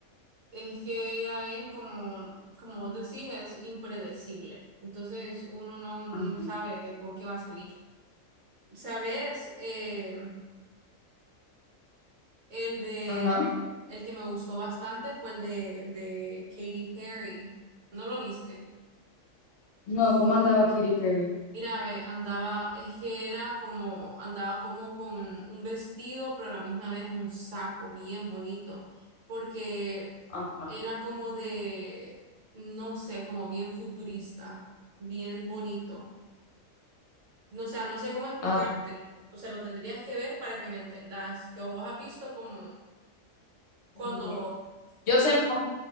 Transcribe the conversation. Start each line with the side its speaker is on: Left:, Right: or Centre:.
Right: Es que ella es como, como vos decís, es impredecible. Entonces uno no, no
Left: Ajá.
Right: sabe con qué va a salir. ¿Sabes? Eh, el de
Left: Ajá.
Right: el que me gustó bastante fue el de, el de Katy Perry. ¿No lo viste?
Left: No, ¿cómo andaba Katy Perry?
Right: Mira, ve, andaba, es que era como, andaba como con un vestido, pero a la misma vez un saco bien bonito, porque
Left: Ajá.
Right: era como de, no sé, como bien futurista, bien bonito. No, o sea, no sé cómo explicártelo.
Left: Ah, pues,
Right: O sea, lo tendrías que ver para que me entendas, que vos has visto como cuando,
Left: mm, yo sé más o